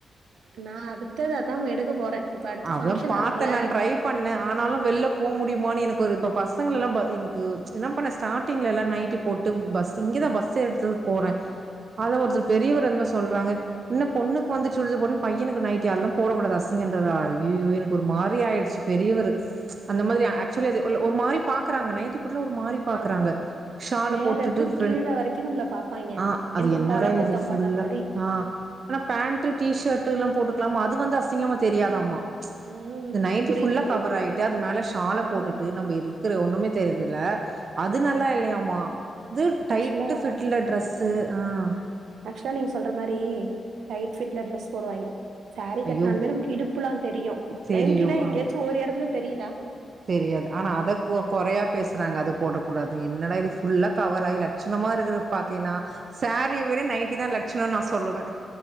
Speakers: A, on the right; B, on the right.
A: நான் அடுத்தத அ தான் வடுக்கு போறேன் இப்ப அடுத்து
B: அப்பதான்
A: ஃபங்ஷன்
B: பாத்தேன்
A: வரும்ல.
B: நான் ட்ரை பண்ணேன் ஆனாலும் வெளில போ முடியுமான்னு எனக்கு ஒரு இப்ப பசங்களல்லா ப எனுக்கு என்ன பண்ண ஸ்டாடிங்ல எல்லா நைட்டி போட்டு பஸ் இங்கதா பஸ் எடுத்ததுக் போறே அத ஒருத்ரு பெரியவரு என்மோ சொல்றாங்க இன்னு பொண்ணுக் வந்து சுடிதா போணு பையனுக்கு நைட்டி அதல்லா போடக்கூடாது அசிங் <unintelligible> அய்யயோ எனக்கு ஒரு மாதிரி ஆயிடுச்சு பெரியவர் அந்த மாதிரி ஆக்சுவலி ஒரு மாதிரி பாக்றாங்க நை அப்படி ஒரு மாதிரி பாக்குறாங்க.
A: ஆமா.
B: ஷாலை
A: மேலருந்து
B: போட்டுட்டு ஃபிரண்
A: கீழ வரைக்கும் நம்மள பாப்பாய்ங்க.
B: அ அது
A: என்னமோ
B: என்னடா
A: கோலா குத்தம்
B: இது ஃபுல்லா
A: பண்ண மாரி.
B: ஆனா பேண்ட், டீசர்ட் எல்லாம் போட்டு ல அது வந்து அசிங்கம் தெரியாதம்மா
A: ம்.
B: இந்த நைன்ட்டி
A: புரியுது,
B: ஃபுல்லா
A: புரியுது.
B: கவர் ஆயிட்டு அது மேல ஷால
A: ஆ.
B: போட்டுட்டு நம்ம இருக்கிற ஒண்ணுமே தெரியலல அது நல்லா இல்லையமா இது டைட்டு
A: ஆக்சுவலா
B: ஃபிட்ல ட்ரெஸ்ஸு ஆஹ்
A: ஆக்சுவலா நீங்க சொல்ற மாரி டைட் ஃபிட்ல டிரரெஸ் போடுவாங்க சாரீ
B: ஐயோ!
A: கட்டினாலுமே நமக்கு இடுப்புலாம் தெரியும்
B: தெரியும்.
A: நைட்டினா எங்கயாச்சும்
B: ஆமா.
A: ஒரு இடத்துல தெரியுதா
B: தெரியாது ஆனா அத குறையா பேசுறாங்க அது போடக்க கூடாது என்னடா இது ஃபுல்லா கவர் ஆயி லட்சணமா இருறது பாத்தீங்கன்னா சாரீ விட நைட்டி தான் லட்சணம் நான் சொல்லுவேன்